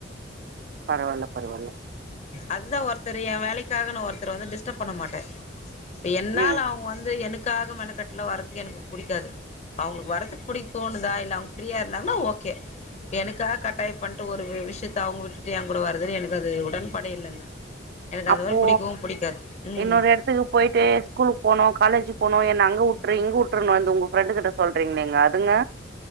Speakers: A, on the right; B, on the left.
A: பரவால்ல பரவால்ல
B: அதுதா ஒருத்தர் ஏ வேலைக்காக நா ஒருத்தர வந்து டிஸ்டப் பண்ண மாட்டே இப்ப என்னால
A: ம்
B: அவுங்க வந்து எனக்காக மெனக்கட்டுல வர்றதுக்கு எனக்கு புடிக்காது அவங்களுக்கு வரதுக்கு பிடிக்க தோணுதா இல்ல அவங்க ஃப்ரீயா இருந்தாங்கனா ஓகே எனக்காக கட்டாய பண்ட்டு ஒரு விஷ்யத்த அவுங்க விட்டுட்டு ஏங்கூட வரதுல்ல எனக்கு அது உடன் பாடே இல்லங்க எனக்கு அது
A: அப்போ
B: மாரி பிடிக்கவு பிடிக்காது ம்
A: இன்னொரு எடத்துக்கு போயிட்டு ஸ்கூலு போனு காலேஜு போனு என்ன அங்க வுட்ரு இங்க வுட்ருனு வந்து உங்க ஃப்ரெண்டு கிட்ட சொல்றீங்களேங்க அதுங்க